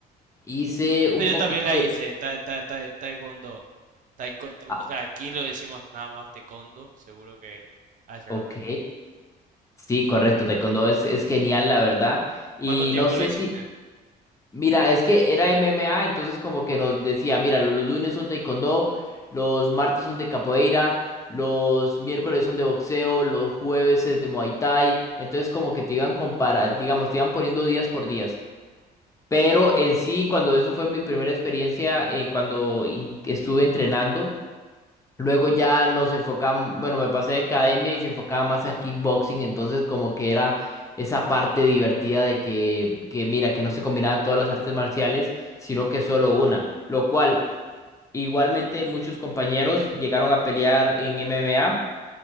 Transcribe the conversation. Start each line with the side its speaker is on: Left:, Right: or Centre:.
Left: Hice un
Right: eso Yo
Left: poquito
Right: también la
Left: de...
Right: hice, ta- ta- ta- taekwondo. Taiko-
Left: ah,
Right: o sea, aquí lo decimos nada más taekwondo, seguro que ha de ser
Left: ok,
Right: lo mismo.
Left: sí, correcto, taekwondo es, es genial, la verdad. Y
Right: ¿Cuánto tiempo
Left: no sé
Right: lo hiciste?
Left: si... Mira, es que era MMA, entonces como que nos decía, mira, lo- los lunes son taekwondo, los martes son de capoeira, los miércoles son de boxeo, los jueves es de Muay Thai. Entonces como que te iban comparar, digamos, te iban poniendo días por días. Pero en sí, cuando eso fue mi primera experiencia, eh, cuando in- estuve entrenando. Luego ya nos enfocamos, bueno, me pasé de academia y se enfocaba más a kickboxing, entonces como que era esa parte divertida de que, que mira, que no se combinaban todas las artes marciales, sino que solo una, lo cual igualmente muchos compañeros llegaron a pelear en MMA